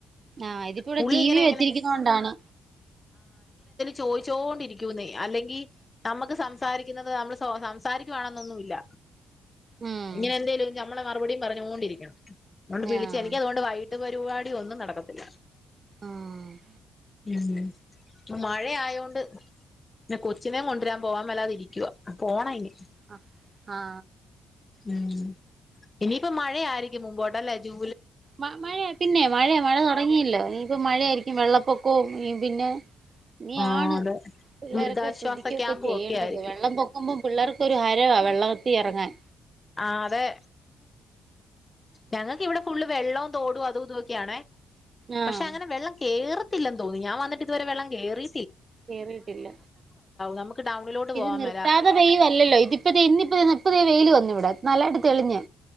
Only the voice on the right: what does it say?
ആ ഇതിപ്പോ ഇവടെ
ടിവി
വെച്ചിരിക്കുന്നോണ്ടാണ്
ഉം
ആഹ്
ആഹ്
അ ആഹ
മ മഴയോ മഴ പിന്നെ മഴതുടങ്ങില്ലോ ഇന്നിപ്പം മഴ യായിരിക്കും വെള്ളപൊ ഓ <unintelligible> പിന്നെ ഇനിയാണ്
പിള്ളേരൊക്കെ
ശ്രദ്ധിക്കുകയൊക്കെ
ചെയ്യേണ്ടത്,
വെള്ളം പൊങ്ങുമ്പോ പിള്ളേർ ഒരു ഹരമാണ് വെള്ളവത്തിൽ ഇറങ്ങാൻ.
ആഹ്
കേറീട്ടില്ല
ഇത്
നിർത്താതെ
പെയ്യുവല്ലല്ലോ ഇതിപ്പ ദേ ഇന്നിപ്പദേ ഇപ്പ ദേ വെയിൽ വന്നു. ഇവിടെ നല്ലായിട്ട് തെളിഞ്ഞ്.